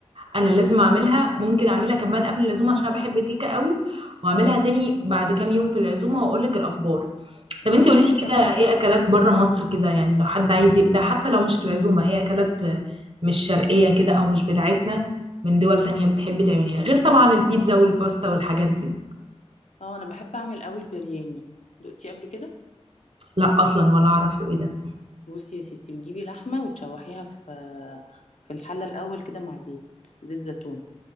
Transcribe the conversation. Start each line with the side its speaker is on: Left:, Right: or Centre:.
Right: انا لازم اعملها ممكن اعملها كمان قبل العزومه عشان أنا بحب الكيكه قوي واعملها تاني بعد كام يوم في العزومه واقول لك الاخبار طب انت
Left: ممكن
Right: قولي لي
Left: كمان
Right: كده ايه اكلات بره مصر كده يعني لو حد عايز يبدع حتى لو مش في العزومه ايه اكلات مش شرقيه كده او مش بتاعتنا من دول تانية بتحبي تعمليها غير طبعا البيتزا والباستا والحاجات دي
Left: اه انا بحب اعمل قوي البرياني دقتي قبل كده
Right: لا اصلا ولا اعرفه ايه ده
Left: بصي يا ستي بتجيبي لحمة وتشوحيها في في الحلة الأول كده مع زيت زيت زيتون